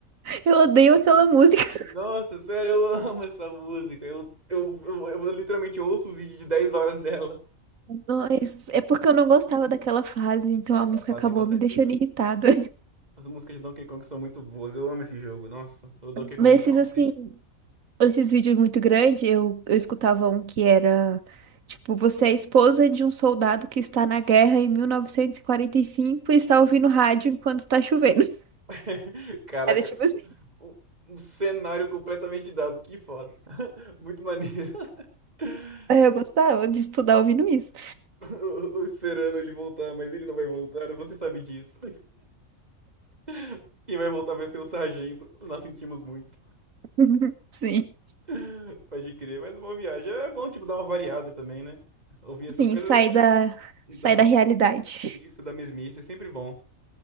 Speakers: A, on the right (about 75°); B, on the right (about 30°).
A: eu odeio aquela música.
B: Nossa, sério, eu amo essa música. Eu, eu, eu, eu literalmente ouço o vídeo de 10 horas dela.
A: Mas é porque eu não gostava daquela fase, então
B: É,
A: a
B: aquela
A: música
B: fase
A: acabou
B: é cansativa.
A: me deixando irritada.
B: As músicas de Donkey Kong são muito boas. Eu amo esse jogo. Nossa, o Donkey Kong
A: Mas
B: Country.
A: esses assim, esses vídeos muito grandes, eu, eu escutava um que era tipo, você é esposa de um soldado que está na guerra em 1945 e quarenta e cinco e está ouvindo rádio enquanto está chovendo. <laughs>
B: <laughs> Caraca,
A: Era tipo assim.
B: um, um cenário completamente dado. Que foda. <laughs> Muito maneiro. <laughs>
A: <laughs> Aí Eu gostava de estudar ouvindo isso.
B: Eu, eu esperando ele voltar, mas ele não vai voltar. Você sabe disso. <laughs> Quem vai voltar vai ser o Sargento. Nós sentimos muito.
A: <laughs> Sim.
B: <laughs> Pode crer. Mas uma viagem é bom, tipo, dar uma variada também, né? Ouvir
A: Sim,
B: essas coisas
A: sai
B: é...
A: da, sai
B: da-
A: da realidade.
B: Isso, da mesmice, é sempre bom.